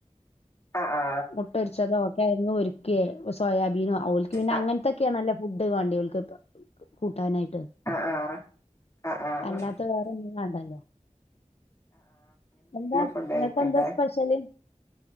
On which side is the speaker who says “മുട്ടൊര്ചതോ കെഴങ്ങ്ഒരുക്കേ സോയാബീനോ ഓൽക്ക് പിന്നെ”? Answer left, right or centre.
Left